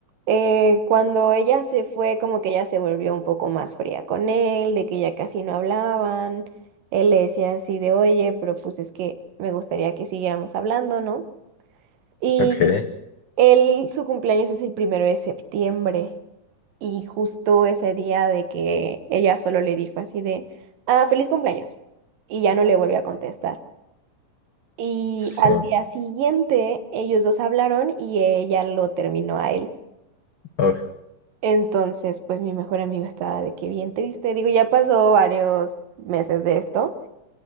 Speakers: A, on the right; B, on the left.
A: eh, cuando ella se fue, como que ella se volvió un poco más fría con él, de que ya casi no hablaban. Él le decía así de, oye, pero pues es que me gustaría que siguiéramos hablando, ¿no? Y
B: Ok,
A: él, su cumpleaños es el primero de septiembre. Y justo ese día de que ella solo le dijo así de, ah, feliz cumpleaños. Y ya no le volvió a contestar. Y
B: sí.
A: al día siguiente ellos dos hablaron y ella lo terminó a él.
B: Oh,
A: Entonces, pues mi mejor amigo estaba de que bien triste. Digo, ya pasó varios meses de esto,